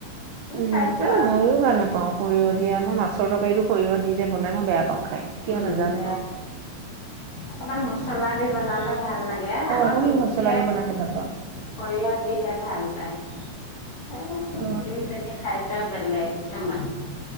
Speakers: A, on the right; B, on the left.
A: উম,
B: খাইছো
A: এই
B: আৰু
A: ময়ো ভাল নাপাওঁ। সৰিয়হ দিয়া মই মাছৰ তৰকাৰীটো সৰিয়হ দি যে বনাই, মই বেয়া পাওঁ খাই, কিয়
B: উম
A: নাজানো।
B: বেয়া অকমান মছলা দি বনালে ভাল লাগে। লে
A: অ',
B: আকৌ
A: মইও
B: ধুনুৱে
A: মছলা দি বনালে ভাল পাওঁ।
B: সৰিয়হ দিহে ভাল পায়, <unintelligible>
A: অ
B: দুইজনী খাদ্য বেলেগ এমা